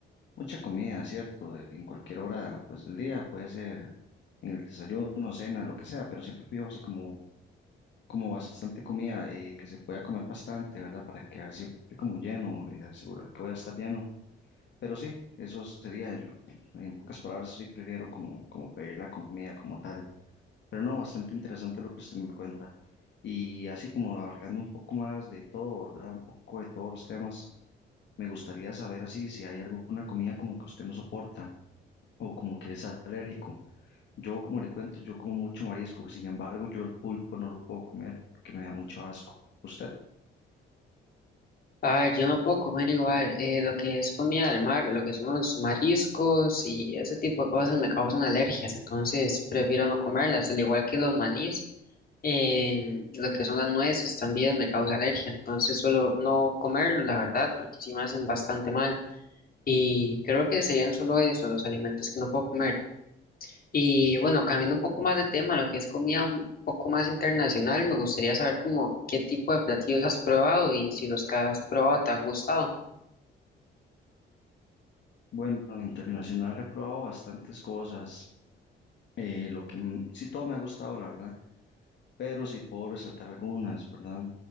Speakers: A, on the left (about 65°); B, on the left (about 50°).
A: mucha comida, ¿cierto? Eh, En cualquier hora, pues del día, puede ser en el desayuno, cena, lo que sea, pero siempre pido así como, como bastante comida, eh, que se pueda comer bastante, ¿verdad? Para quedar siempre como lleno, eh, asegurar que voy a estar lleno. Pero sí, eso sería, yo, en pocas palabras, sí prefiero como, como pedir la comida como tal. Pero no, bastante interesante lo que usted me cuenta. Y así como abarcando un poco más de todo, ¿verdad? Un poco de todos los temas, me gustaría saber así si hay alguna comida como que usted no soporta o como que es alérgico. Yo, como le cuento, yo como mucho marisco, sin embargo, yo el pulpo no lo puedo comer porque me da mucho asco. ¿Usted?
B: A ver, yo no puedo comer igual. eh, lo que es comida del mar, lo que son los mariscos y ese tipo de cosas me causan alergias, entonces prefiero no comerlas, al igual que los manís. eh, lo que son las nueces también me causa alergia, entonces suelo no comerlo, la verdad, porque sí me hacen bastante mal. Y creo que serían solo eso, los alimentos que no puedo comer. Y bueno, cambiando un poco más de tema, lo que es comida un poco más internacional, me gustaría saber como qué tipo de platillos has probado y si los que has probado te han gustado.
A: Bueno, internacional he probado bastantes cosas. eh, lo que m- sí todo me ha gustado, la verdad pero sí puedo resaltar algunas, ¿verdad?